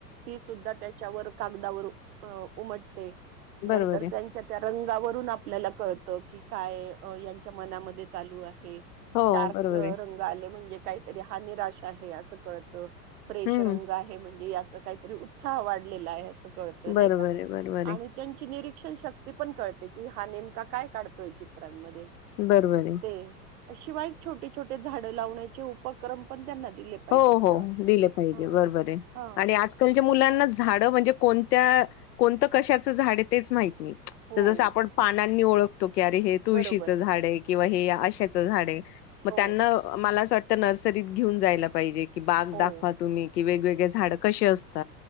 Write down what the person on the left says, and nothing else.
बरोबर
आहे
हो
बरोबर आहे
हम्म
बरोबर
आहे बरोबर आहे
बरोबर आहे
हो
हो
दिले पाहिजे
बरोबर आहे
आणि आजकालच्या मुलांना झाडं म्हणजे कोण त्या कोणतं कशाचं झाड आहे तेच माहि
स आपण पाना ओळख तो की अरे हे तुळशीचं
झाड आहे किंवा हे अशाचं झाड आहे मग
त्यांना मला असं वाट तर नर्सरीत घेऊन जायला पाहिजे कि बाग
दाखवा तुम्ही कि वेगवेगळे झाड कसे असत